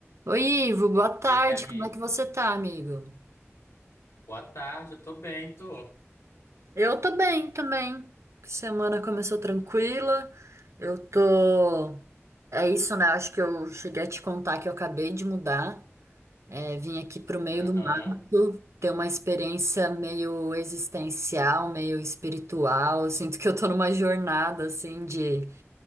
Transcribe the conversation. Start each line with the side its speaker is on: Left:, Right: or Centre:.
Right: Oi, Ivo, boa tarde.
Left: Guilherme,
Right: Como é que você tá, amigo?
Left: boa tarde, eu tô bem, tô.
Right: Eu tô bem também. Semana começou tranquila. Eu tô. É isso, né? Acho que eu cheguei a te contar que eu acabei de mudar. É, vim aqui pro meio
Left: Aham.
Right: do mato, ter uma experiência meio existencial, meio espiritual. Eu sinto que eu tô numa jornada, assim, de,